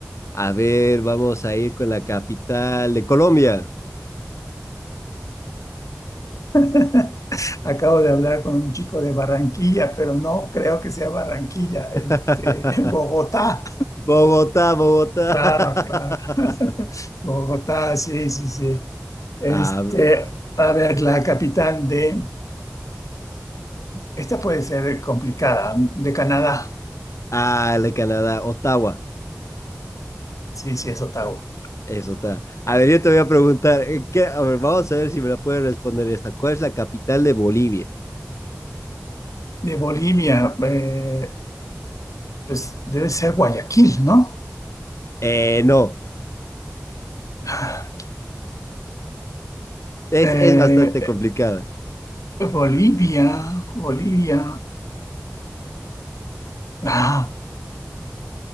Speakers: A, on the left; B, on the left.
A: A ver, vamos a ir con la capital de Colombia.
B: <laughs> Acabo de hablar con un chico de Barranquilla, pero no creo que sea Barranquilla, este,
A: <laughs>
B: <laughs> Bogotá.
A: Bogotá, Bogotá.
B: Claro,
A: <laughs>
B: claro. <laughs> Bogotá, sí, sí, sí. Este,
A: Ah,
B: a ver, la capital de, esta puede ser complicada, de Canadá,
A: ah, la de Canadá, Ottawa.
B: sí, sí, es Ottawa.
A: Eso está. A ver, yo te voy a preguntar, eh, ¿qué? A ver, vamos a ver si me la puedes responder esta. ¿Cuál es la capital de Bolivia?
B: De Bolivia, eh, pues debe ser Guayaquil, ¿no?
A: Eh, no,
B: <laughs>
A: es,
B: Eh,
A: es bastante
B: eh,
A: complicada.
B: Bolivia, Bolivia. Ah,